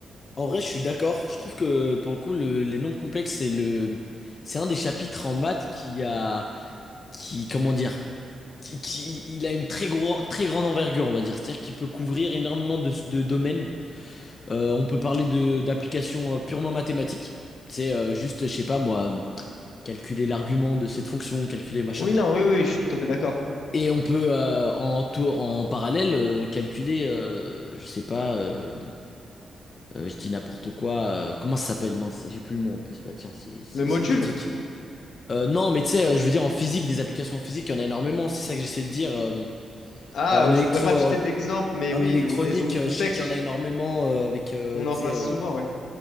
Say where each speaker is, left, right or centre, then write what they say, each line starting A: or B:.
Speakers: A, on the left; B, on the left.
A: En vrai, je suis d'accord. Je trouve que pour le coup, le- les nombres complexes, c'est le, c'est un des chapitres en maths qui a, qui, comment dire, qui, qui- il a une très gros, très grande envergure, on va dire. C'est-à-dire qu'il peut couvrir énormément de, de domaines. Euh, on peut parler de d'applications euh, purement mathématiques. C'est euh, juste, je sais pas moi, calculer l'argument de cette fonction, calculer machin.
B: Oui, non, oui, oui, je suis tout à fait d'accord.
A: Et on peut euh, en, tou- en parallèle euh, calculer, euh, je sais pas. euh, Euh, je dis n'importe quoi. euh, comment ça s'appelle, mince? J'ai plus le mot en plus. Bah tiens, c'est c'est-
B: Le module?
A: c'est pratique. Euh, non, mais tu sais, euh, je veux dire en physique, des applications en physique, il y en a énormément. C'est ça que j'essaie de dire. euh,
B: Ah,
A: euh, en
B: euh,
A: électro,
B: je pourrais pas te
A: en,
B: citer d'exemple, mais
A: en
B: oui,
A: électronique,
B: on- les ondes
A: euh,
B: complexes,
A: je sais qu'il y en a énormément euh, avec, euh,
B: on
A: tu
B: en
A: sais,
B: passe
A: euh,
B: souvent, ouais.